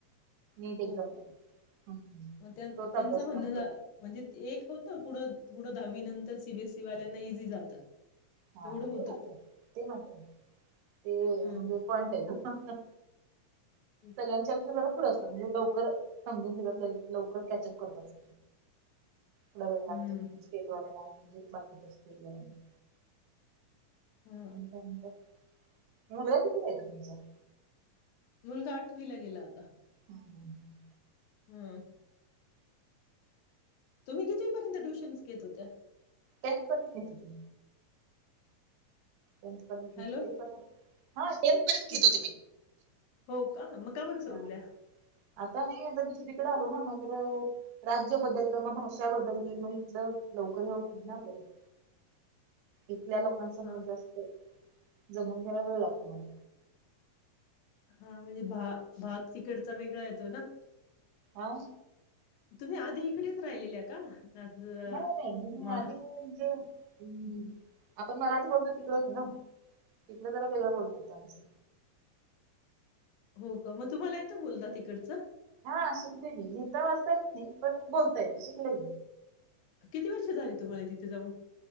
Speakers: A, on the right; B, on the left.
A: नीट
B: हो
A: एक्झामला हम्म.
B: म त्यांन
A: तोच
B: त्यांनचं
A: अभ्यासक्रम
B: म्हणणं झा म्हणजे एक होतं पुढं पुढ दहावी नंतर सीबीएसई वाल्यांना इझी जातं.
A: हा
B: तेवढं होतं.
A: ते मात्र ते मात्र ते
B: हं.
A: म्हणजे पॉईंट आहे तो. हा हा
B: तेच.
A: सगळ्यांच्या पेक्षा जरा पुढ असतो. म्हणजे लवकर समजून घेतात लवकर कॅचअप करतात. <unintelligible>
B: हं.
A: म्हजे बाकीच्या स्किल <unintelligible>
B: हां.
A: अ <unintelligible> मुलगा कितीला येतो तुमचा?
B: मुलगा आठवीला गेला आता.
A: हम्म, हम्म, हम्म.
B: हम्म तुम्ही कितीपर्यंत ट्युशन्स घेत होत्या.
A: टेस्ट पण घेता <unintelligible> टेंथ पर्यंत घेत
B: हॅलो.
A: होते पण हा टेन्थपर्यंत
B: की
A: घेत होते मी.
B: हो का? मग का बरं सोडल्या?
A: हा आता नाही आता दुसरीकडे आलो ना मग राज्य बदललं मग भाग बदलली मग इथल लवकर हे होत नाही ना आपल्याला आपल्या लोकांचा
B: हां.
A: मजा असतय जमवून घ्यायला वेळ लागतो मला.
B: हा म्हणजे भा भाग तिकडचा वेगळा येतो ना.
A: आह
B: तुम्ही आधी इकडेच राहिलेल्या का? असं
A: नाही नाही म्हणजे मी
B: मा
A: आधी म्हणजे हम्म आपण मराठी बोलतो तिकडच ना इथलं जरा वेगळंच बोलण होतं आमचं
B: हो का? मग तुम्हाला येतं बोलता तिकडचं?
A: हा <unintelligible> लिहिता वाचता येत नाही पण बोलता येत शिकले
B: किती वर्ष झाली तुम्हाला तिथे जाऊन